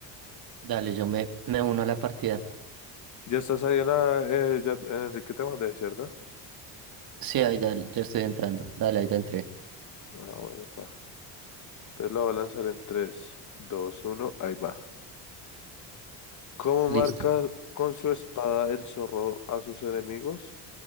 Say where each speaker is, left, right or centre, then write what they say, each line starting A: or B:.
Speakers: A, on the right (about 55°); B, on the left (about 45°).
A: Dale, yo me, me uno a la partida.
B: Ya estás ahí en la... Eh, ya, en Enrique te mandé, ¿cierto?
A: Sí, ahí dale, ya estoy entrando. Dale, ahí ya entré.
B: Ah, bueno, pa. Entonces lo voy a lanzar en tres, dos, uno, ahí va. ¿Cómo
A: Listo.
B: marca con su espada el zorro a sus enemigos?